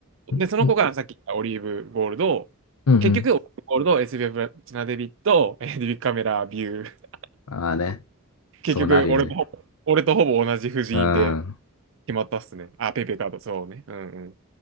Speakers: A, on the left; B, on the right.
A: うん、
B: で、その子がさっき言ったオリーブゴールド、
A: うん、うんうん。
B: 結局オリーブゴールド、SBF プラチナデビット、<laughs> えーデビットカメラビュー
A: ああね、そうなるよね。
B: 結局、俺とほぼ、俺とほぼ同じ布陣で
A: うん。
B: 決まったっすね。あ、ペイペイカード、そうね。うんうん。